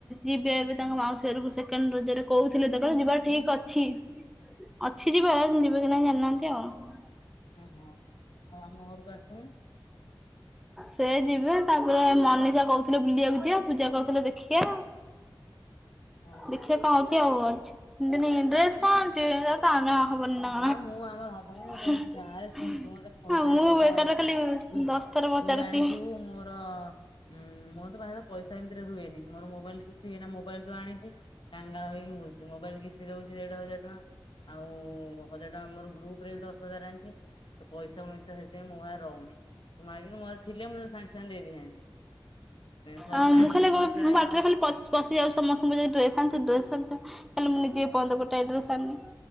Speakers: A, in the centre; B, on the left (about 75°).
A: ଯିବେ ଏ ତାଙ୍କ ମାଉସୀ ଘରକୁ ସେକଣ୍ଡ ରଜରେ କହୁଥିଲେ ଦେ କ ଯିବା ଠିକ ଅଛି ଅଛି ଯିବା ଯିବ କି ନାହି ଜାଣିନାହାନ୍ତି ଆଉ
B: ହଁ ହଁ ଆଉ ଆମ ଘରକୁ ଆସିନୁ।
A: ସେ ଯିବେ ତାଙ୍କର ମନୀଷା କହୁଥିଲେ ବୁଲିବାକୁ ଯିବା ପୂଜା କହୁଥିଲେ ଦେଖିଆ।
B: ହଁ।
A: ଦେଖିବା କଣ ହଉଛି ଆଉ ଅଛି ଏମତି ନାଇ ଡ୍ରେସ୍ କଣ ଚ ତାାନ ଆହ ବନ ନା
B: ହଁ ମୁଁ ଆମର ହବନି ମୁଁ
A: <unintelligible>
B: ସେ କିଛି ଆରେ ଶୁଣ ତୁ ମତେ ଫୋନ
A: ହଁ
B: ପେ
A: ମୁଁ
B: ରେ ପଇସା
A: ବେକାର
B: ମାଗୁଥିଲୁ
A: ଟା ରେ ଖାଲି
B: ତୁ
A: ଦଶ ଥର ପଚାରୁଛି।
B: ତୁ ଜାଣିଥିବୁ ମୋର ହୁଁ ମୋର ତ ବାହାଘର ପଇସା ଏମତି ରୁହେନି ମୋର ମୋବାଇଲ କିସ୍ତି ଏଇନା ମୋବାଇଲ ଯୋଉ ଆଣିଛି କାଙ୍ଗାଳ ହେଇକି ବୁଲୁଛି ମୋବାଇଲ କିିସ୍ତି ଦଉଛି। ଦେଢ ହଜାର ଟଙ୍କା ଆଉ ହଜାର ଟଙ୍କା ମୋର ଗ୍ରୁପ ରେ ଦଶ ହଜାର ଆଣିଛି ପଇସା ଫଇସା ସେଥିପାଇଁ ମୁଁ ପାଖରେ ରହୁନି ମାଗିନି ମ ଥିଲେ ମୁଁ ତତେ ସାଙ୍ଗେ ସାଙ୍ଗେ ଦେଇଦେଇଥାନ୍ତି। ଥା
A: ଆଉ
B: ନାହିଁ
A: ମୁଁ ଖାଲି ମୋ
B: ପାଖରେ
A: ବାଟରେ
B: ଆଉ
A: ଖାଲି ପ ପଶି ଯାଉଛି ସମସ୍ତଙ୍କୁ ପଚାରୁଛି ଡ୍ରେସ ଆଣିଛୁ ଡ୍ରେସ ଆଣିଛୁ ହେଲେ ମୁଁ ନିଜେ ଏ ପର୍ଯ୍ୟନ୍ତ ଗୋଟେ ଡ୍ରେସ ଆଣିନି।